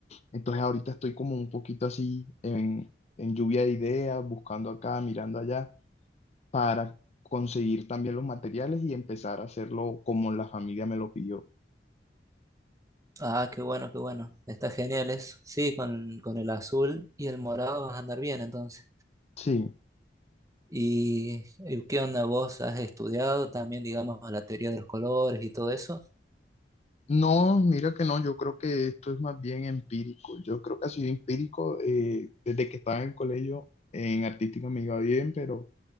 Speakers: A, on the left; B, on the right.
A: Entonces ahorita estoy como un poquito así en, en lluvia de ideas, buscando acá, mirando allá, para conseguir también los materiales y empezar a hacerlo como la familia me lo pidió.
B: Ah, qué bueno, qué bueno. Está genial eso. Sí, con, con el azul y el morado vas a andar bien entonces.
A: Sí.
B: ¿Y, y qué onda vos has estudiado también, digamos, la teoría de los colores y todo eso?
A: No, mira que no, yo creo que esto es más bien empírico. Yo creo que ha sido empírico eh, desde que estaba en el colegio, en artística me iba bien, pero...